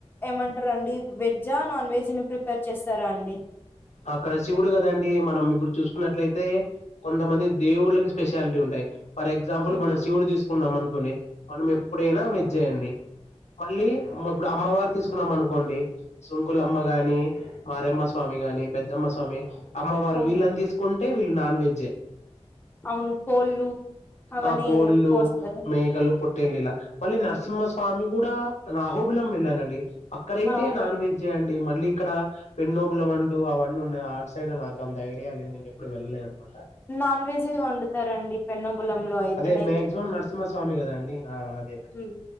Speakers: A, on the left; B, on the left.
A: ఏమంటారండి వె జా నాన్ వెజ్ ని ప్రిపేర్ చేస్తారా అండి
B: అక్కడ శివుడు కదండి మనం ఇప్పుడు చూసుకున్నట్లయితే కొంతమంది దేవుళ్ళకి స్పెషాలిటీ ఉంటాయి ఫర్ ఎగ్జాంపుల్
A: హ్మ్.
B: మనం శివుడు తీసుకు కున్నాం అనుకుని మనం ఎప్పుడైనా వెజ్జే అండి మళ్ళీ ఇప్పుడు అమ్మవారు తీసుకున్నాం అనుకోండి సుంకులమ్మ గాని మారమ్మ స్వామి గా గాని పెద్దమ్మ స్వామి అమ్మవారు
A: అవునండి
B: వీళ్ళని తీసుకుంటే వీళ్ళు నాన్ వెజ్జే.
A: అవును కోళ్ళు అవన్నీ
B: ఆ కోళ్ళు
A: కోస్తారు
B: మేకలు పుట్ టెల్లీల మళ్ళీ నరసింహస్వామి కూడా నాహోబిలం వెళ్లానండి. అక్కడైతే
A: అవును
B: నాన్ వెజ్జే అండి మళ్ళీ. అక్కడ పెన్నోబులాం అంటూ అవన్నున్నాయి. అట్ సైడ్ నాకంత ఐడియా లేదు నేనెప్పుడు వెళ్ళలేదన్నమాట.
A: నాన్ వెజ్ వండుతారండి పెన్నబులంలో అయితే
B: అదే మ్యాక్సిమం నర్సింహస్వామి కదండి. ఆ అదే
A: హ్మ్మ్